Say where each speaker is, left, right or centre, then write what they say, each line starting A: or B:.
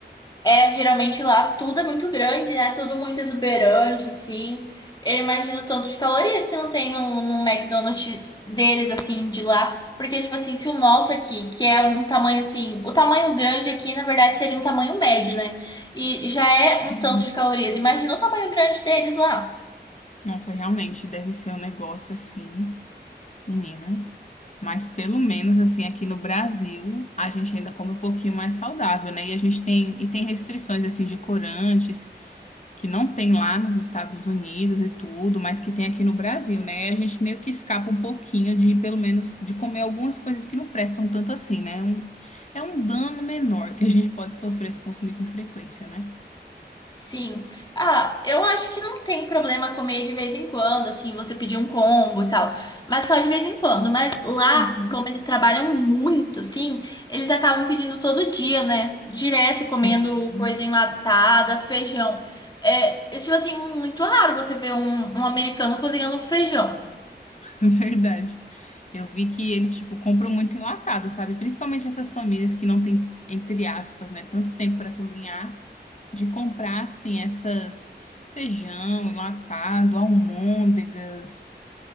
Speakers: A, on the left; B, on the left.
A: É, geralmente lá tudo é muito grande, né? Tudo muito exuberante, assim. Eu imagino o tanto de calorias que não tem no, no McDonald's deles, assim, de lá. Porque, tipo assim, se o nosso aqui, que é um tamanho assim, o tamanho grande aqui, na verdade, seria um tamanho médio, né? E já é
B: Uhum.
A: um tanto de calorias. Imagina o tamanho grande deles lá.
B: Nossa, realmente, deve ser um negócio assim, menina. Mas pelo menos assim aqui no Brasil, a gente ainda come um pouquinho mais saudável, né? E a gente tem e tem restrições assim de corantes que não tem lá nos Estados Unidos e tudo, mas que tem aqui no Brasil, né? A gente meio que escapa um pouquinho de pelo menos de comer algumas coisas que não prestam tanto assim, né? Um, é um dano menor que a gente pode sofrer se consumir com frequência, né?
A: Sim. Ah, eu acho que não tem problema comer de vez em quando, assim, você pedir um combo e tal. Mas só de vez em quando. Mas lá,
B: Uhum.
A: como eles trabalham muito, assim, eles acabam pedindo todo dia, né? Direto comendo
B: Sim.
A: coisa enlatada, feijão. É, é, tipo assim, muito raro você ver um, um americano cozinhando feijão.
B: <laughs> Verdade. Eu vi que eles, tipo, compram muito enlatado, sabe? Principalmente essas famílias que não têm, entre aspas, né, tanto tempo para cozinhar, de comprar, assim, essas feijão enlatado, almôndegas,